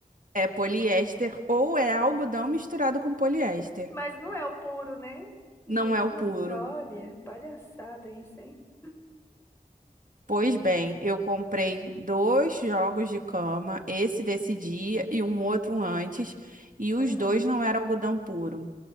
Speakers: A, on the right; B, on the left.
A: é poliéster ou é algodão misturado com poliéster.
B: <laughs> Mas não é o puro, né? Gente,
A: Não é o puro.
B: olha, palhaçada isso, hein?
A: Pois bem, eu comprei dois jogos de cama, esse desse dia e um outro antes, e os
B: Aham.
A: dois não eram algodão puro.